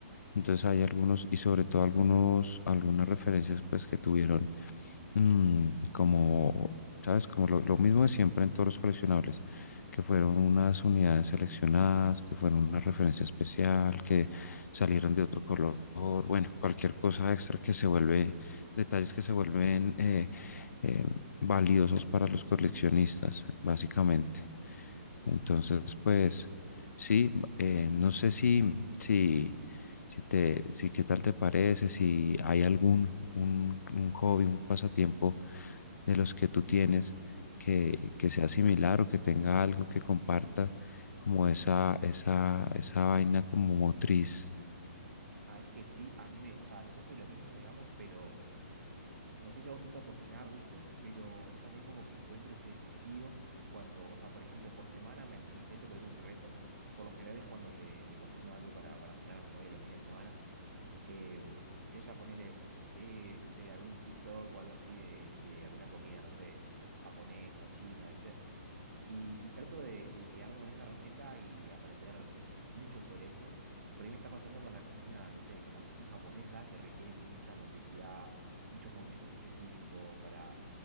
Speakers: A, on the left; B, on the right.
A: Entonces hay algunos, y sobre todo algunos, algunas referencias pues que tuvieron mm, como, ¿sabes? Como lo, lo mismo de siempre en todos los coleccionables, que fueron unas unidades seleccionadas, que fueron una referencia especial, que salieron de otro color, bueno, cualquier cosa extra que se vuelve,
B: ujú.
A: detalles que se vuelven eh, eh, valiosos para los coleccionistas, básicamente.
B: Bien.
A: Entonces, pues, sí, eh, no sé si, si, si te, si qué tal te parece, si hay algún un, un hobby, un pasatiempo de los que tú tienes que, que sea similar o que tenga algo que comparta como esa, esa, esa vaina como motriz.
B: Sabes que sí, a mí me, o sea, no sé si es lo mismo, digamos, pero no sé si a vos te gusta cocinar, ¿viste? Pero yo también como que encuentro ese desafío cuando, o sea, por ejemplo, por semana me, me intento poner un reto. Por lo general es cuando le, le cocino algo para, para cenar a mi novia los fines de semana. Em, ella ponele, ve, no sé, algún TikTok o algo así de, de alguna comida, no sé, japonesa, china, ¿viste? Y, y trato de, de quedarme con esa receta y aprender mucho sobre eso. Y por ahí me está pasando con la cocina, no sé, con la cocina japonesa, que requiere mucha motricidad, muchos movimientos específicos para,